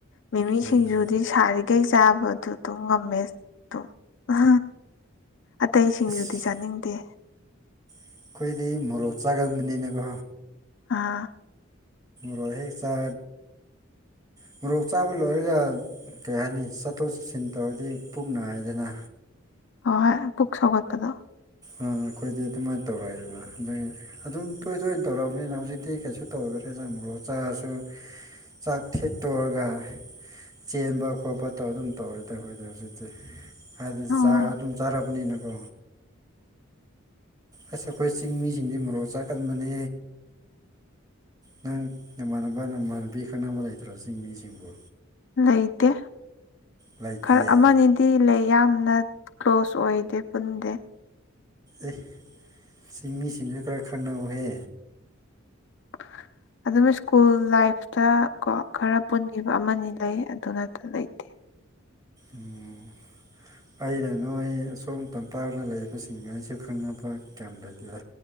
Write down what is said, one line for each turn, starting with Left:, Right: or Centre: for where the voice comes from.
Left: ꯃꯤꯃꯤ
Right: ꯎꯝ
Left: ꯁꯤꯡꯖꯨꯗꯤ ꯁꯥꯔꯤꯈꯩ ꯆꯥꯕꯗꯨ ꯑꯗꯨꯝ ꯉꯝꯃꯦ ꯑ ꯑ ꯑꯇꯩꯁꯤꯡꯖꯗꯤ
Right: ꯑꯁ
Left: ꯆꯥꯅꯤꯡꯗꯦ
Right: ꯑꯩꯈꯣꯏꯗꯤ ꯃꯣꯔꯣꯛ ꯆꯥꯒꯟꯕꯅꯤꯅꯀꯣ
Left: ꯑꯥ
Right: ꯔꯣꯍꯤ ꯆ ꯃꯣꯔꯣꯛ ꯆꯥꯕ ꯂꯣꯏꯔꯒ ꯀꯩ ꯍꯥꯏꯅꯤ ꯆꯠꯊꯣꯛ ꯆꯠꯁꯤꯟ ꯇꯧꯔꯗꯤ ꯄꯨꯛ ꯍꯥꯏꯏꯗꯅ
Left: ꯍꯥꯎꯋꯦ ꯄꯨꯛ ꯁꯒꯠꯇꯅ
Right: ꯑꯥ ꯑꯩꯈꯣꯏꯗꯤ ꯑꯗꯨꯃꯥꯏꯅ ꯇꯧꯔꯣꯏꯗꯅ ꯑꯗꯨ ꯑꯗꯨꯝ ꯇꯣꯏ ꯇꯣꯏꯅ ꯇꯧꯔꯛꯑꯔꯕꯅꯤꯅ ꯍꯧꯖꯤꯛꯇꯤ ꯀꯩꯁꯨ ꯇꯧꯔꯛꯇꯦꯗ꯫ ꯃꯔꯣꯛ ꯆꯥꯔꯁꯨ ꯆꯥꯛ ꯊꯦꯠꯇꯣꯛꯔꯒ ꯆꯦꯟꯕ ꯈꯣꯠꯄ ꯑꯗꯨꯝ ꯇꯧꯔꯦꯗ ꯑꯩꯈꯣꯏꯗ ꯍꯧꯖꯤꯛꯇꯤ ꯍꯥꯏꯗꯤ
Left: ꯑꯣ
Right: ꯆꯥꯛ ꯑꯗꯨꯝ ꯆꯥꯔꯥꯕ ꯅꯤꯅ ꯀꯣ ꯑꯁ ꯑꯩꯈꯣꯏ ꯆꯤꯡꯃꯤꯁꯤꯡꯁꯤ ꯃꯣꯔꯣꯛ ꯆꯥꯀꯟꯕꯅꯦ ꯅꯪ ꯅꯃꯥꯟꯅꯕ ꯅꯃꯥꯟꯅꯕꯤ ꯈꯪꯅꯕ ꯂꯩꯇ꯭ꯔꯣ ꯆꯤꯡ ꯃꯤꯁꯤꯡꯕꯨ꯫
Left: ꯂꯩꯇꯦ
Right: ꯂꯩꯇꯤꯌꯦ
Left: ꯈꯔ ꯑꯃ ꯑꯅꯤꯗꯤ ꯂꯩ ꯌꯥꯝꯅ ꯀ꯭ꯂꯣꯁ ꯑꯣꯏꯗꯦ ꯄꯨꯟꯗꯦ꯫
Right: ꯑꯦ ꯁꯤ ꯃꯤꯁꯤꯡꯗꯨꯁꯨ ꯈꯔ ꯈꯟꯅꯧꯍꯦ꯫
Left: <unintelligible> ꯑꯗꯨꯝ ꯁ꯭ꯀꯨꯜ ꯂꯥꯏꯐꯇ ꯀꯣ ꯈꯔ ꯄꯨꯟꯈꯤꯕ ꯑꯃꯅꯤ ꯂꯩ ꯑꯗꯨꯅꯠꯇ ꯂꯩꯇꯦ꯫ <inaudible>
Right: ꯎꯝ ꯑꯩꯅ ꯅꯣꯏ ꯑꯁꯣꯝ ꯇꯝꯄꯥꯛꯗ ꯂꯩꯔꯤꯕꯁꯤꯡ ꯑꯩꯁꯨ ꯈꯪꯅꯕ ꯀꯌꯥꯝ ꯂꯩꯇꯦꯗ꯫